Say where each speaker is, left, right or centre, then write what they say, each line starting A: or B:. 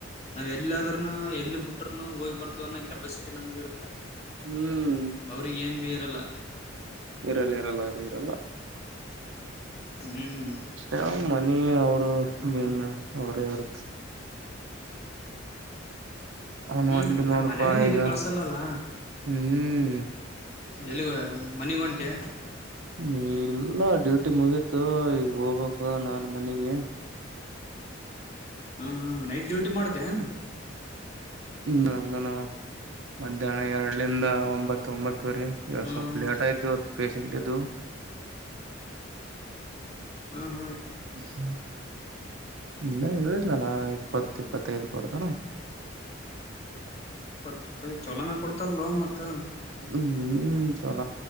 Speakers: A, on the left; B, on the right.
A: ನಾವ್ ಎಲ್ಲಾದ್ರುನು ಎಲ್ಲಿ ಬಿಟ್ರರುನು ಹೋಗಿ ಬರ್ತೀವಿ ಅನ್ನೋ ಕೆಪಾಸಿಟಿ ನಮ್ಗ ಇರುತ್ತ.
B: ಹ್ಮ್
A: ಅವ್ರಿಗ್ ಏನ್ ಬಿ ಇರ ಲ್ಲ
B: ಇರಲ್ಲ ಇರಲ್ಲ ಅವ್ರಿಗ್ ಇರಲ್ಲ.
A: ಹ್ಮ್
B: ಯಾವ ಮನಿ ಅವರು ನ್ ಅವರೇರುತ್ತ ಅವನ್
A: ಹ್ಮ್
B: ಒಂಟಿ ನೋಡಪಾ
A: ಮನ್ಯಾಗನ್
B: ಈಗ
A: ಎಲ್ಲಿ ಕಳ್ಸಲ್ಲಲ್ಲ
B: ಹ್ಮ್
A: ಎಲ್ಲಿಗ ಮನಿಗ್ ಹೊಂಟೆ
B: ನೀ ಇಲ್ಲ ಡ್ಯೂಟಿ ಮುಗೀತು ಈಗ್ ಹೋಗ್ಬೇಕು ನಾನು ಮನಿಗೆ
A: ಹ ಹ ನೈಟ್ ಡ್ಯೂಟಿ ಮಾಡ್ತೆನ್
B: ಹ್ಮ ನಂದನ <unintelligible> ಮಧ್ಯಾಹ್ನ ಎರಡ್ಲಂದ ಒಂಬತ್ತ ಒಂಬತ್ ತೊರಿ ಇವತ್
A: ಹ್ಮ್
B: ಸ್ವಲ್ಪ್
A: ಹ್ಮ್
B: ಲೇಟ್ ಆಯ್ತಿ ಇವತ್ತು ಪೇಶಂಟ್ ಇದ್ವು.
A: ಹ್ಮ
B: <unintelligible> ನಿನ್ನೆ ಹೇಳಿದ್ನಲ ಇ ಇಪ್ಪತ್ ಇಪ್ಪತ್ತೈದು ಕೊಡ್ತರ.
A: ಇಪ್ಪತ್ತು ಚಲೋನ ಕೊಡ್ತಾರಲ ಮತ್ತ.
B: ಹ್ಮ್ ಚಲ